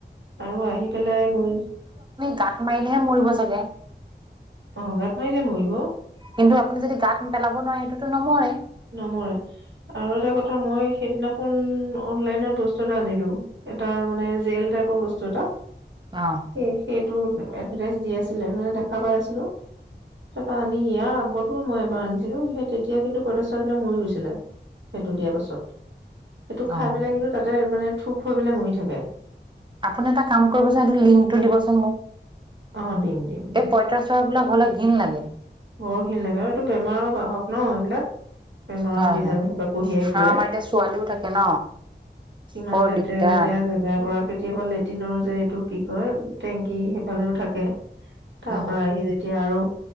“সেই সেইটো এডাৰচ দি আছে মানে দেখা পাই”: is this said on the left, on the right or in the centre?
Right